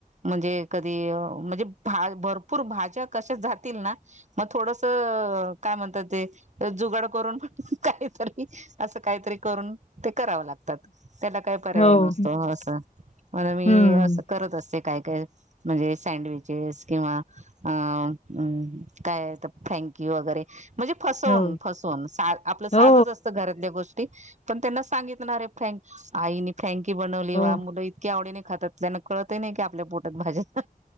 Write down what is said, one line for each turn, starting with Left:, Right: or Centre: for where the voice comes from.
Right: म्हणजे कधी म्हणजे भा भरपूर भाज्या कशा जातील ना मग थोडस काय म्हणतात ते जुगड करून काहीतरी असं काहीतरी करून ते करावं लागत त्याला काय पर्याय
Left: हो.
Right: नसतो असं म्हण
Left: हम्म.
Right: मी असं करत असते काय काय म्हणजे सँडविचेस किंवा अ् काय तर फ्रँक्की वगैरे म्हणजे फसवून
Left: हो.
Right: फसवून आपलं साधच
Left: हो,
Right: असतं घरात गोष्टी पण त्यांना सांगित आरे फ्रान्स फ्रँकी बनवली
Left: हो.
Right: वा मुलं इतकी आवडीने खातात त्यांना कळतही नाही की आपल्या पोटात भाज्यात